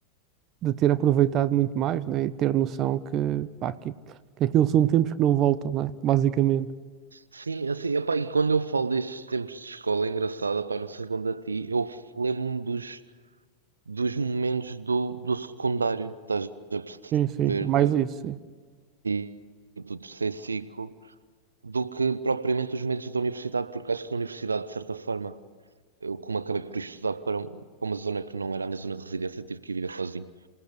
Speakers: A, on the right (about 35°); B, on the right (about 75°).
A: de ter aproveitado muito mais, né? E ter noção que, pá, que, que aquilo são tempos que não voltam, né? Basicamente.
B: Sim, assim, epá, e quando eu falo destes tempos de escola, é engraçado, epá, não sei quando a ti, eu lembro-me dos, dos momentos do, do secundário, estás a perceber,
A: Sim, sim, é mais isso, sim.
B: e do terceiro ciclo. do que propriamente os medos da universidade, porque acho que na universidade, de certa forma, eu como acabei por estudar para, um- para uma zona que não era a minha zona de residência, tive que ir viver sozinho,